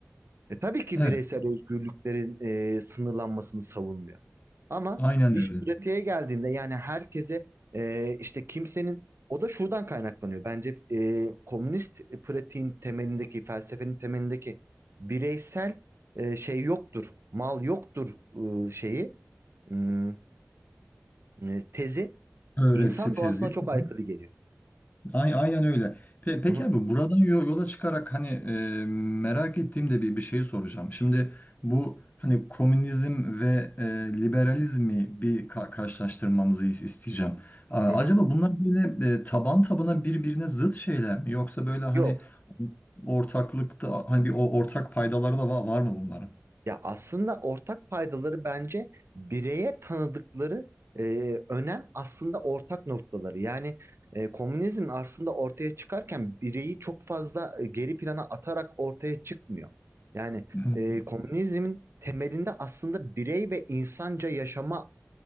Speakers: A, on the right; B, on the left.
A: E, tabii ki
B: Evet,
A: bireysel özgürlüklerin e, sınırlanmasını savunmuyor. Ama
B: aynen
A: iş
B: öyle.
A: pratiğe geldiğinde yani herkese e, işte kimsenin o da şuradan kaynaklanıyor. Bence e, komünist pratiğin temelindeki felsefenin temelindeki bireysel e, şey yoktur, mal yoktur e, şeyi hmm, e, tezi
B: Öğretisi
A: insan
B: tezi.
A: doğasına çok
B: Hı
A: aykırı
B: hı.
A: geliyor.
B: Ay- Aynen öyle. Pe peki
A: Hı hı,
B: abi buradan yo- yola çıkarak hani e, merak ettiğimde bir, bir şeyi soracağım. Şimdi bu hani komünizm ve e, liberalizmi bir ka- karşılaştırmamızı is- isteyeceğim. A-
A: hı
B: acaba
A: hı.
B: bunlar böyle e, taban tabana birbirine zıt şeyler mi? Yoksa böyle hani
A: Yok.
B: ortaklıkta hani bir o- ortak paydaları da var, var mı bunların?
A: Ya aslında ortak paydaları bence bireye tanıdıkları e, önem aslında ortak noktaları. Yani e, komünizm aslında ortaya çıkarken bireyi çok fazla e, geri plana atarak ortaya çıkmıyor. Yani
B: Hı,
A: e, komünizmin temelinde aslında birey ve insanca yaşama